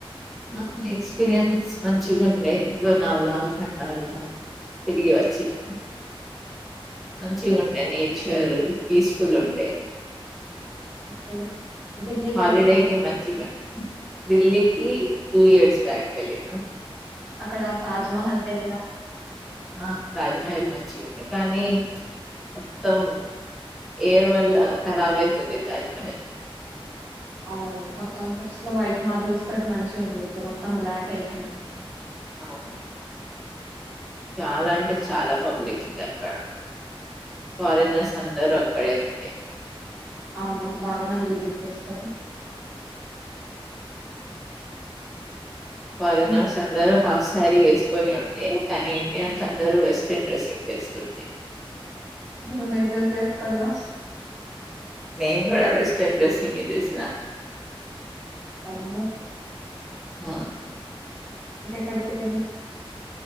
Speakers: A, in the centre; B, on the right.
A: ఆ ఎక్స్పీరియన్స్ మంచిగా ఉండే లోనవాల ఖండాల <inaudible> తరిగి వచ్చినా మంచిగా ఉండే నేచర్ పీస్ఫుల్ ఉండే
B: ఓకే ఢిల్లీకి
A: హాలిడేకిి
B: వెళ్ళినాం
A: మచ్చిపో ఢిల్లీకి టూ ఇయర్స్ బ్యాక్ వెళ్ళినం
B: అక్కడ తాజ్మహల్ కి వెళ్ళినావ
A: ఆ తాజ్మహల్ వచ్చియండి కానీ మొత్తం ఏరు వల్ల కరబ్ అయితుంది తాజమహల్
B: అవును మొత్తం ఫస్ట్ లో వైట్ మార్బల్స్ తో మంచిగా ఉంది ఇప్పుడు మొత్తం బ్లాక్ అయిపోయింది
A: అవును చాలా అంటే చాలా పబ్లిక్ ఉంది అక్కడ ఫారినర్స్ అందరూ అక్కడే ఉంటే
B: అవున బాగా మంది విజిట్ చేస్తారూ
A: ఫరెనర్స్
B: హ్మ్.
A: అందరు హాఫ్ సారీ వే ని ఉండి కానీ ఇండియన్స్ అందరు వెస్ట్రన్ డ్రెస్సింగ్ వేస్కుండి
B: నువ్వు ఏ డ్రెస్ వేస్కోనవు
A: నేను కూడా వెస్ట్రన్ డ్రెస్సింగ్ చేసినా
B: అవున
A: ఆ
B: ఇంకా ఎక్కడికి వెళ్లినావ్